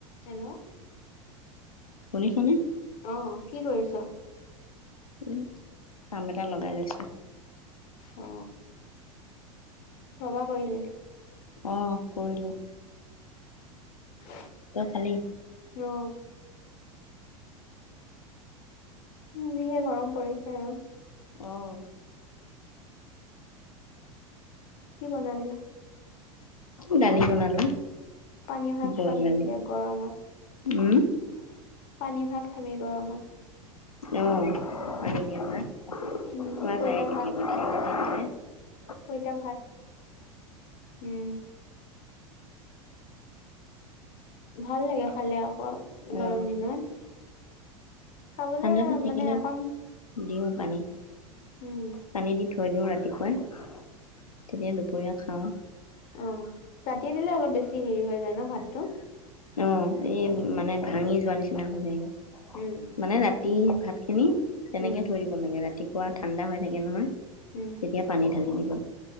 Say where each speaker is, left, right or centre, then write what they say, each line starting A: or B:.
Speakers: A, on the left; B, on the left.
A: Hello
B: শুনিছনে?
A: অ কি কৰিছ অ
B: উম, কাম এটা লগাই লৈছো
A: অ সবা কৰিলি?
B: অহ কৰিলো
A: হয় <unintelligible>
B: ত খালি
A: ন উম <unintelligible> মৰম পৰিছে আৰু
B: অহ
A: কি বনালি?
B: ডালি বনালো।
A: পানী ভাত
B: বইল
A: খাবি
B: দালি
A: এতিয়া গৰমত।
B: উম
A: পানী ভাত খাবি গৰমত
B: অ পানী দিয়া ভাত
A: উম
B: খোৱা
A: পইতা
B: যায় কেতিয়াবা
A: ভাত
B: উ <unintelligible>
A: পইতা ভাত। উম ভাল লাগে খালে আকৌ গৰম
B: অ
A: দিনত খাবলে
B: ঠাণ্ডা ভাত থাকিলে
A: মানে অকণ
B: দিওঁ পানী
A: উম
B: পানী দি থৈ দিওঁ ৰাতিপুৱাই তেতিয়া দুপৰীয়া খাওঁ
A: অ ৰাতিয়ে দিলে অলপ বেছি হেৰি হৈ যায় ন ভাতটো
B: অ এই মানে ভাঙি যোৱা নিচিনা হৈ যায়গৈ
A: উম
B: মানে ৰাতি ভাত খিনি তেনেকে
A: উম
B: থৈ দিব লাগে ৰাতি পুৱা ঠাণ্ডা হৈ থাকে নহয়
A: উম
B: তেতিয়া পানী ঢালি দিব